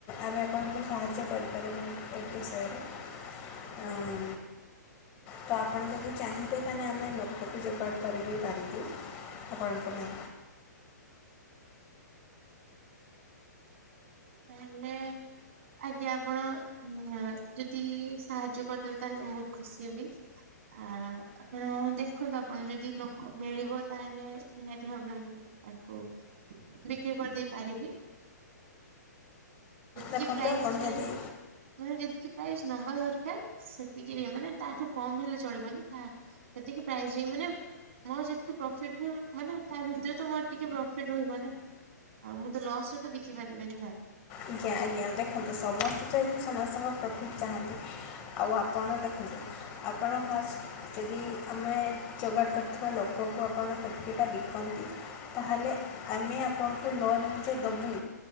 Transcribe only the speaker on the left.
ଆମେ ଆପଣଙ୍କୁ ସାହାଯ୍ୟ କରିପାରିବୁ। <unintelligible> <unintelligible> ହଁ।
ତ ଆପଣ ଯଦି ଚାହିଁବେ, ତାହେଲେ ଆମେ ଲୋକବି ଯୋଗାଡ଼ କରିଦେଇ ପାରିବୁ, ଆପଣଙ୍କ ପାଇଁ।
ଦେଖନ୍ତୁ
ଆପଣ
ଯଦି
ଆଜ୍ଞା, ଆଜ୍ଞା ଦେଖନ୍ତୁ ସମସ୍ତେ ତ ଏଠି ସମସ୍ତଙ୍କ ପ୍ରଫିଟ୍ ଚାହାଁନ୍ତି। ଆଉ ଆପଣ ଦେଖନ୍ତୁ, ଆପଣ ଫାଷ୍ଟ୍ ଯଦି ଆମେ ଯୋଗାଡ଼ କରିଥିବା ଲୋକଙ୍କୁ ଆପଣ ଫେକ୍ଟ୍ରି ଟା ବିକନ୍ତି ତାହେଲେ ଆମେ ଆପଣଙ୍କୁ ଲୋନ୍ ଯେ ଦବୁ,